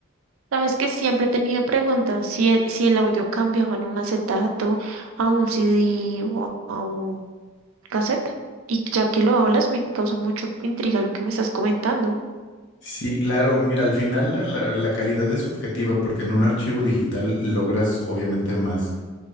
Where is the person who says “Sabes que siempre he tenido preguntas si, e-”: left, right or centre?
Right